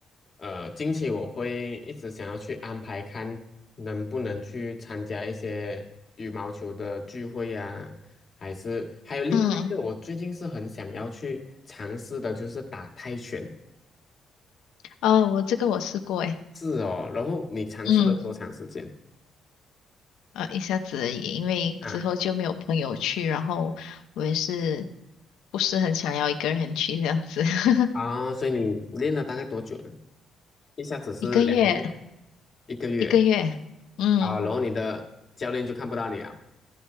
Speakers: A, on the left (about 35°); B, on the left (about 90°).
A: 呃，近期我会一直想要去安排，看能不能去参加一些羽毛球的聚会呀、还是还有另外一个，
B: 嗯，
A: 我最近是很想要去尝试的，就是打泰拳。
B: 啊，我这个我试过诶。
A: 是哦，然后你尝试了多长时间？
B: 嗯，呃，一下子而已，因为之后就没有朋友去，
A: 啊？
B: 然后我也是不是很想要一个人去这样子，<laughs>
A: 啊，所以你练了大概多久呢？一下子是两个月，
B: 一个月，
A: 一个月
B: 一个月，嗯，
A: 啊，然后你的教练就看不到你啊。